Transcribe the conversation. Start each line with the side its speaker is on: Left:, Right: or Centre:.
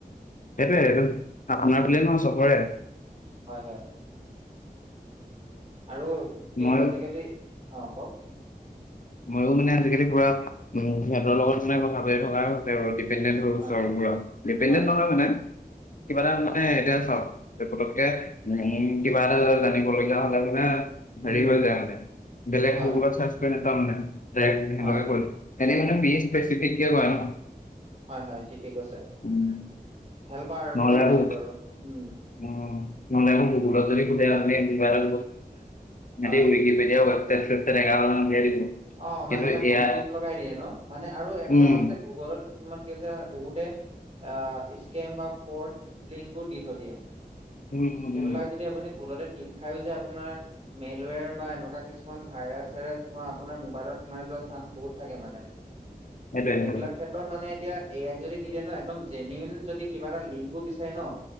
Left: সেইটোৱে এইটো আপোনাৰ বুলিয়ে নহয় চবৰে।
Right: হয়-হয়। আৰু কি
Left: ময়ো
Right: হৈছে আজিকালি অঁ কওক?
Left: মইয়ো মানে আজিকালি পুৰা সিহঁতৰ লগত মানে কথা পাতি থকাই <unintelligible> বাৰু ডিপেণণ্ডেত হৈ গৈছোঁ
Right: হয় হয়
Left: আৰু পুৰা। ডিপেণণ্ডেত
Right: হয়
Left: নহয় মানে কিবা এটা মানে
Right: অ
Left: এতিয়া চাওক। এতিয়া পতককে উম কিবা যাতে এটা জানিবলগীয়া হ'লে মানে
Right: উম
Left: হেৰি কৰি লয় মানে বেলেগ
Right: হয়
Left: গুগলত চাৰ্চ কৰি নাপাৱ মানে ডাৰেক্ট সিহঁতকে
Right: হয়
Left: কৰি এদিন মানে বিএচ <unintelligible> কৰাই ন।
Right: হয়-হয়, ঠিকে কৈছে।
Left: উম
Right: হেল্পাৰ
Left: নহ'লে
Right: বুলি ক'ব
Left: আকৌ
Right: লাগিব আৰু। উম!
Left: উম! মানে আকৌ গুগলত যদি সুধে আপুনি কিবা এটা <unintelligible> সিহঁতি
Right: হয়
Left: কেতিয়াও <unintelligible> মানে উলিয়াই দিব।
Right: অঁ! মানে
Left: কিন্তু
Right: তাত
Left: এয়া
Right: কনফিউজ লগাই দিয়ে ন। মানে আৰু এনেকুৱা
Left: উম
Right: হৈছে গুগলত কিছুমান কি হৈছে বহুতে আ স্কেম বা ফড লিংকো দি থৈ দিয়ে।
Left: উম উম
Right: সেইবিলাক
Left: উম
Right: যদি আপুনি ভুলতে তিপ খাইয়ো যায় আপোনাৰ মেৰলিয়াৰ বা এনেকুৱা কিছুমান ভাইৰাছ-চাইৰাছ তোমাৰ আপোনাৰ মোবাইলত সোমাই যোৱা চান্স বহুত থাকে মানে। এইবিলাক
Left: সেইটোৱে সেইটোৱে।
Right: ক্ষেত ক্ষেত্ৰত মানে এতিয়া এআইক যদি দি দিয়ে ন একদম জেনিয়োন যদি কিবা এটা লিংকো বিচাৰে ন